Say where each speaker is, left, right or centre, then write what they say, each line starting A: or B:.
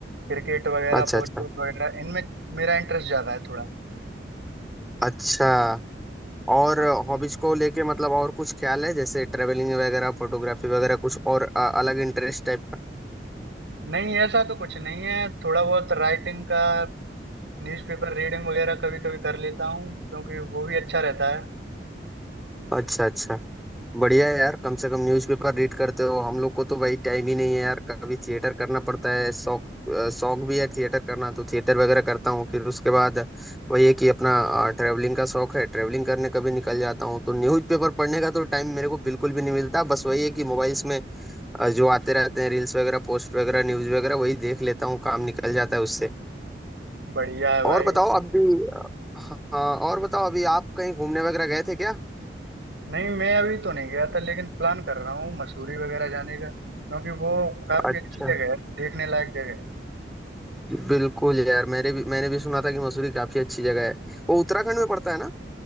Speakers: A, on the right (about 80°); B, in the centre.
A: क्रिकेट वगैरह
B: अच्छा
A: वॉलीबॉल
B: अच्छा
A: वगैरह इनमें मेरा इंटरेस्ट ज्यादा है थोड़ा
B: अच्छा और
A: हाँ भाई
B: हॉबीज को लेके मतलब और कुछ ख्याल है जैसे ट्रेवलिंग वगैरह फोटोग्राफी वगैरह कुछ और अ, अलग इंटरेस्ट टाइप का
A: नहीं ऐसा तो कुछ नहीं है थोड़ा बहुत राइटिंग का न्यूज़पेपर रीडिंग वगैरह कभी कभी कर लेता हूँ क्योंकि वो भी अच्छा रहता है
B: अच्छा अच्छा बढ़िया है यार कम से कम न्यूज़पेपर रीड करते हो हम लोग को तो भाई टाइम ही नहीं है यार कभी थिएटर करना पड़ता है शौक अ, शौक भी है थिएटर करना तो थिएटर वगैरह करता हूँ फिर उसके बाद वही है कि अपना ट्रैवलिंग का शौक है ट्रैवलिंग करने कभी निकल जाता हूँ तो न्यूज़पेपर पढ़ने का तो टाइम मेरे को बिल्कुल भी नहीं मिलता बस वही है कि मोबाइल्स में अ, जो आते रहते हैं रील्स वगैरह पोस्ट वगैरह न्यूज़ वगैरह वही देख लेता हूँ काम निकल जाता है उससे
A: बढ़िया है भाई
B: और बताओ अभी अ, हाँ और बताओ अभी आप कहीं घूमने वगैरह गए थे क्या
A: नहीं मैं अभी तो नहीं गया था लेकिन प्लान कर रहा हूँ मसूरी वगैरह जाने का क्योंकि वो काफी
B: अच्छा
A: अच्छी जगह है देखने लायक जगह
B: बिल्कुल यार मेरे भी मैंने भी सुना था कि मसूरी काफी अच्छी जगह है वो उत्तराखंड
A: है
B: में पड़ता है ना